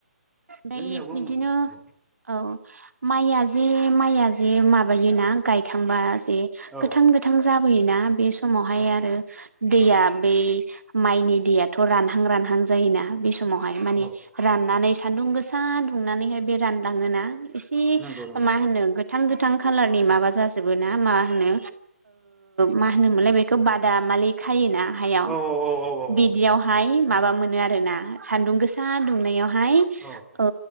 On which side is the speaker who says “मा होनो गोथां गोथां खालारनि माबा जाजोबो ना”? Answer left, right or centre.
Right